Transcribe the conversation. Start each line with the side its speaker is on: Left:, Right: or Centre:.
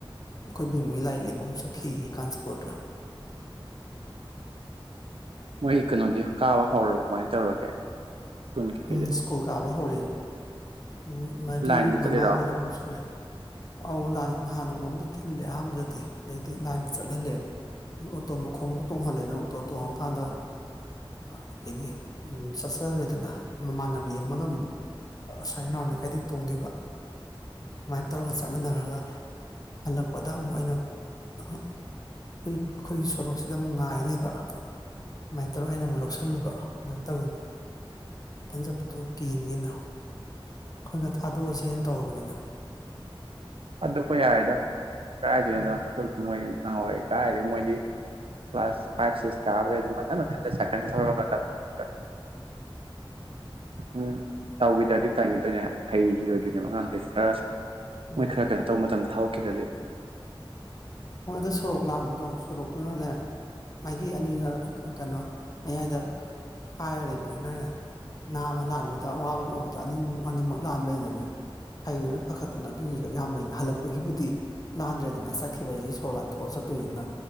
Left: ꯑꯩꯈꯣꯏ ꯕꯦꯝꯃꯥꯒꯤ ꯂꯥꯏꯔꯤꯛ ꯂꯩꯕ ꯑꯃꯨꯛ ꯆꯠꯈꯤꯌꯦ ꯀꯥꯟꯆꯤꯄꯨꯔꯗ
Right: ꯃꯣꯢ ꯀꯩꯅꯣꯗꯤ ꯀꯥꯕ ꯍꯧꯔꯕꯣ ꯀꯃꯥꯏꯟ ꯇꯧꯔꯒꯦ ꯁ꯭ꯀꯨꯜ ꯀꯩꯀꯩꯗꯤ
Left: ꯎꯝ ꯁ꯭ꯀꯨꯜ ꯀꯥꯕ ꯍꯧꯔꯦ ꯅꯨꯃꯤꯠ ꯃꯔꯤ
Right: ꯂꯥꯏꯟꯗ
Left: ꯃꯉꯥꯅꯤꯔ
Right: ꯆꯠꯂꯤꯔꯣ
Left: ꯀꯩꯅꯣꯝ ꯁꯨꯔꯦ ꯑꯧ ꯂꯥ ꯅꯍꯥꯟ ꯅꯣꯡꯃꯝꯗꯤ ꯊꯤꯜꯂꯦ ꯑꯍꯥꯟꯕꯗꯗꯤ ꯑꯗꯩꯗꯤ ꯂꯥꯏꯟꯗ ꯆꯠꯍꯜꯂꯦ ꯑꯣꯇꯣ ꯃꯈꯣꯡꯕꯧ ꯇꯣꯡꯍꯜꯂꯦꯗꯅ ꯑꯣꯇꯣ ꯇꯣꯡꯉꯀꯥꯟꯗ ꯑꯗꯒꯤ ꯆꯠꯆꯈ꯭ꯔꯦꯗꯅ ꯃꯃꯥꯟꯅꯕꯤ ꯑꯃꯒ ꯑꯃꯨꯛ ꯑꯁꯥꯏ ꯅꯥꯎꯔꯝ ꯂꯩꯀꯥꯏꯗꯩ ꯇꯣꯡꯗꯣꯏꯕ ꯑꯗꯨꯃꯥꯏꯅ ꯇꯧꯔꯒ ꯆꯠꯃꯤꯟꯅꯔꯒ ꯍꯜꯂꯛꯄꯗ ꯑꯃꯨꯛ ꯑꯩꯅ ꯑꯩꯈ ꯑꯩꯈꯣꯏꯒꯤ ꯁꯣꯔꯣꯛꯁꯤꯗ ꯑꯃꯨꯛ ꯉꯥꯏꯔ ꯂꯩꯕ ꯑꯗꯨꯃꯥꯏꯅ ꯇꯧꯔꯒ ꯑꯩꯅ ꯑꯃꯨꯛ ꯂꯧꯁꯤꯜꯂꯨꯕ ꯑꯗꯨꯃꯥꯏꯅ ꯇꯧꯔꯤꯅꯤ ꯇꯟꯆꯠꯄꯗꯣ ꯀꯤꯅꯦꯅ ꯈꯔ ꯈꯔ ꯊꯥꯗꯣꯛꯑꯁꯦꯅ ꯇꯧꯔꯕꯅꯤꯗ
Right: ꯊꯥꯗꯣꯀꯄꯥ ꯌꯥꯔꯦꯗ ꯀꯗꯥꯥꯏꯗꯩꯅꯣꯗ
Left: ꯎꯝ
Right: ꯑꯈꯣꯏ ꯃꯣꯏ ꯅꯍꯥꯟꯋꯥꯏ ꯀꯥꯏꯗꯩꯩ ꯃꯣꯏ ꯀ꯭ꯂꯥꯁ ꯐꯥꯏꯄ ꯁꯤꯁ ꯀꯥꯕꯗꯩꯩ ꯑꯗꯨꯝ ꯃꯊꯟ ꯝꯊꯟꯠ ꯁꯥꯏꯛꯜ ꯊꯧꯔꯒ ꯂꯝ ꯁꯨꯅꯕ ꯆꯠꯂꯦ ꯎꯝ ꯇꯧꯒꯤꯗ꯭ꯔꯗꯤ ꯇꯟꯒꯤꯗꯣꯢꯅꯦ ꯍꯩꯈꯤꯔꯣꯏꯗꯣꯏꯅꯦꯕ ꯑꯉꯥꯡꯈꯩ ꯈꯔ
Left: ꯎꯝ
Right: ꯃꯣꯏ ꯈꯔ ꯀꯩꯅꯣ ꯇꯧꯕ ꯃꯇꯝꯗ ꯊꯥꯗꯣꯛꯈꯤꯗ꯭ꯔꯗꯤ
Left: ꯍꯣꯏ ꯑꯗꯣ ꯁꯣꯔꯣꯛ ꯂꯥꯝꯕꯗꯣ ꯁꯣꯔꯣꯛꯇꯨꯅꯅꯦ ꯃꯥꯏꯒꯩ ꯑꯅꯤꯔꯛ ꯀꯩꯅꯣ ꯃꯌꯥꯏꯗ ꯈꯏꯔꯥ ꯂꯩꯕꯅꯤꯅꯅꯦ ꯅꯥꯝꯃ ꯂꯥꯟꯕꯗ ꯑꯋꯥꯕ ꯑꯃ ꯑꯣꯏꯕꯗꯣ ꯑꯅꯤꯃꯨꯛ ꯑꯅꯤꯃꯛ ꯂꯥꯟꯕꯩꯗꯅꯦ ꯍꯩꯔꯣꯏꯅ ꯄꯥꯈꯠꯇꯅ ꯑꯗꯨꯒꯤꯁꯨꯌꯥꯝꯕꯅꯤꯗ ꯍꯜꯂꯛꯄꯒꯤꯕꯨꯗꯤ ꯂꯥꯟꯗ꯭ꯔꯦꯗꯅ ꯆꯠ ꯈꯤꯕꯩꯁꯦ ꯁꯣꯔ ꯂꯥꯟꯊꯣꯛꯑ ꯆꯠꯇꯣꯏꯅꯤꯅ